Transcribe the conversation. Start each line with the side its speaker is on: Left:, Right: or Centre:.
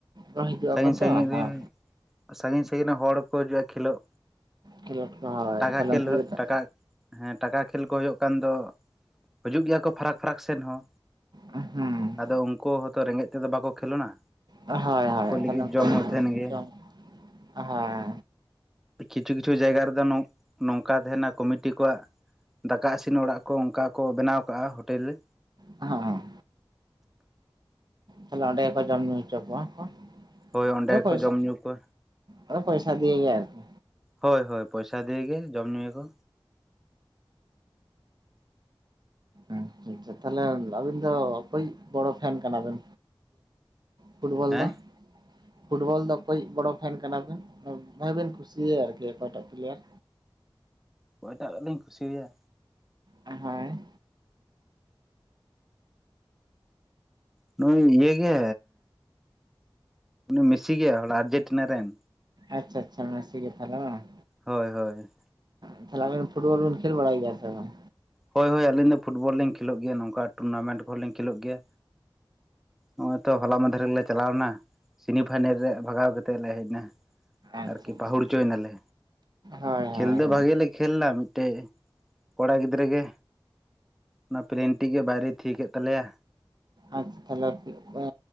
Right: ᱠᱚ ᱦᱤᱡᱩᱜ
Centre: ᱥᱟᱺᱜᱤᱧ
Right: ᱟᱠᱚ
Centre: ᱥᱟᱺᱜᱤᱧ
Right: ᱛᱚ
Centre: ᱨᱮᱱ
Right: ᱦᱳᱭ
Centre: ᱥᱟᱺᱜᱤᱧ ᱥᱟᱺᱜᱤᱧ ᱨᱮᱱ ᱦᱚᱲᱠᱚ ᱦᱤᱡᱩᱜᱼᱟ ᱠᱷᱮᱞᱳᱚᱜ
Right: ᱠᱷᱮᱞᱳᱰ ᱠᱚ ᱦᱳᱭ
Centre: ᱴᱟᱠᱟ
Right: ᱛᱟᱦᱞᱮ
Centre: ᱠᱷᱮᱞ
Right: ᱩᱱᱠᱩ
Centre: ᱦᱩᱭᱩᱜ
Right: ᱞᱟᱹᱜᱤᱫ ᱫᱚ
Centre: ᱴᱟᱠᱟ ᱦᱮᱸ ᱴᱟᱠᱟ ᱠᱷᱮᱞ ᱠᱚ ᱦᱩᱭᱩᱜ ᱠᱟᱱ ᱫᱚ ᱦᱤᱡᱩᱜ ᱜᱮᱭᱟ ᱠᱚ ᱯᱷᱟᱨᱟᱠ ᱯᱷᱟᱨᱟᱠ ᱥᱮᱱ ᱦᱚᱸ
Right: ᱦᱮᱸ
Centre: ᱟᱫᱚ ᱩᱱᱠᱩ ᱦᱚᱭᱛᱚ ᱨᱮᱸᱜᱮᱡ ᱛᱮᱫᱚ ᱵᱟᱠᱚ ᱠᱷᱮᱞᱳᱱᱟ
Right: ᱦᱚᱭ ᱦᱚᱭ
Centre: ᱞᱟᱹᱜᱤᱫ
Right: ᱛᱟᱦᱞᱮ ᱩᱱᱠᱩ
Centre: ᱡᱚᱢ ᱦᱚᱸ ᱛᱟᱦᱮᱱ
Right: <inaudible>
Centre: ᱜᱮᱭᱟ
Right: ᱡᱚᱢ ᱦᱚᱭ
Centre: ᱠᱤᱪᱷᱩ ᱠᱤᱪᱷᱩ ᱡᱟᱭᱜᱟ ᱨᱮᱫᱚ ᱱᱚ ᱱᱚᱝᱠᱟ ᱛᱟᱦᱮᱱᱟ ᱠᱚᱢᱤᱴᱤ ᱠᱚᱣᱟᱜ ᱫᱟᱠᱟ ᱤᱥᱤᱱ ᱚᱲᱟᱜ ᱠᱚ ᱚᱱᱠᱟ ᱠᱚ ᱵᱮᱱᱟᱣ ᱠᱟᱜᱼᱟ ᱦᱳᱴᱮᱞ ᱨᱮ
Right: ᱦᱮᱸ ᱛᱟᱦᱞᱮ ᱚᱸᱰᱮ ᱜᱮᱠᱚ ᱡᱚᱢ ᱧᱩ ᱦᱚᱪᱚ ᱠᱚᱣᱟ ᱠᱚ
Centre: ᱦᱳᱭ ᱚᱸᱰᱮ
Right: ᱟᱫᱚ ᱯᱚᱭᱥᱟ
Centre: ᱠᱚ ᱡᱚᱢ ᱧᱩ ᱠᱚ
Right: ᱟᱫᱚ ᱯᱚᱭᱥᱟ ᱫᱤᱭᱮᱜᱮ ᱟᱨᱠᱤ
Centre: ᱦᱳᱭ ᱦᱳᱭ ᱯᱚᱭᱥᱟ ᱫᱤᱭᱮᱜᱮ ᱡᱚᱢ ᱧᱩᱭᱟ ᱠᱚ
Right: ᱟᱪᱷᱟ ᱪᱷᱟ ᱛᱟᱦᱞᱮ ᱟᱵᱤᱱ ᱫᱚ ᱚᱠᱚᱭᱤᱡ ᱵᱚᱲᱚ ᱯᱷᱮᱱ ᱠᱟᱱᱟᱵᱮᱱ ᱯᱷᱩᱴᱵᱚᱞ
Centre: ᱦᱮᱸ
Right: ᱫᱚ ᱯᱷᱩᱴᱵᱚᱞ ᱫᱚ ᱚᱠᱭᱮᱡ ᱵᱚᱲᱚ ᱯᱷᱮᱱ ᱠᱟᱱᱟᱵᱤᱱ ᱵᱷᱟᱜᱵᱤᱱ ᱠᱩᱥᱤᱭᱟᱭᱟ ᱟᱨᱠᱤ ᱚᱠᱟᱭᱴᱟᱜ ᱯᱞᱮᱭᱟᱨ
Centre: ᱚᱠᱚᱭᱴᱟᱜ ᱞᱤᱧ ᱠᱩᱥᱤ ᱟᱭᱟ
Right: ᱦᱮ
Centre: ᱱᱩᱭ ᱤᱭᱟᱹ ᱜᱮ ᱢᱮᱥᱤ ᱜᱮ ᱦᱚᱞᱟ ᱟᱨᱡᱮᱱᱴᱤᱱᱟ ᱨᱮᱱ
Right: ᱟᱪᱪᱷᱟ ᱟᱪᱪᱷᱟ ᱢᱮᱥᱤ ᱜᱮ ᱛᱟᱦᱞᱮ ᱵᱟᱝ
Centre: ᱦᱳᱭ ᱦᱳᱭ
Right: ᱦᱮ ᱛᱟᱞᱦᱮ ᱟᱵᱤᱱ ᱯᱷᱩᱴᱵᱚᱞ ᱵᱤᱱ ᱠᱷᱮᱞ ᱵᱟᱲᱟᱭ ᱜᱮᱭᱟ ᱥᱮ ᱵᱟᱝ
Centre: ᱦᱳᱭ ᱦᱳᱭ ᱟᱹᱞᱤᱧ ᱫᱚ ᱯᱷᱩᱴᱚᱞ ᱞᱤᱧ ᱠᱷᱮᱞᱳᱜ ᱜᱮᱭᱟ ᱱᱝᱠᱟ ᱴᱩᱨᱱᱟᱢᱮᱱᱴ ᱠᱚᱦᱚᱞᱤᱧ ᱠᱷᱮᱞᱳᱜ ᱜᱮᱭᱟ ᱦᱚᱜ ᱚᱭ ᱛᱚ ᱦᱚᱞᱟ ᱢᱟᱫᱷᱮᱨ ᱜᱮᱞᱮ ᱪᱟᱞᱟᱣ ᱞᱮᱱᱟ ᱥᱮᱱᱤ ᱯᱷᱟᱭᱱᱮᱞ ᱨᱮ ᱵᱷᱟᱜᱟᱣ ᱠᱟᱛᱮᱫ ᱞᱮ ᱦᱮᱡ ᱱᱟ
Right: ᱟᱪᱪᱷᱟ
Centre: ᱟᱨᱠᱤ
Right: ᱟᱪᱪᱷᱟ
Centre: ᱯᱟᱹᱦᱩᱲ
Right: ᱟᱪᱪᱷᱟ
Centre: ᱪᱚᱭ ᱱᱟᱞᱮ
Right: ᱦᱳᱭ
Centre: ᱠᱷᱮᱞ
Right: ᱦᱳᱭ
Centre: ᱫᱚ
Right: ᱦᱳᱭ
Centre: ᱵᱷᱟᱜᱮ ᱞᱮ ᱠᱷᱮᱞ ᱱᱟ ᱢᱤᱫᱴᱮᱡ ᱠᱚᱲᱟ ᱜᱤᱫᱽᱨᱟᱹ ᱜᱮ ᱚᱱᱟ ᱯᱮᱞᱮᱱᱴᱤ ᱜᱮ ᱵᱟᱭᱨᱮᱭ ᱛᱷᱤᱭᱟ ᱠᱮᱫ ᱛᱟᱞᱮᱭᱟ
Right: ᱟᱪᱷᱟ ᱛᱟᱦᱚᱞᱮ ᱮ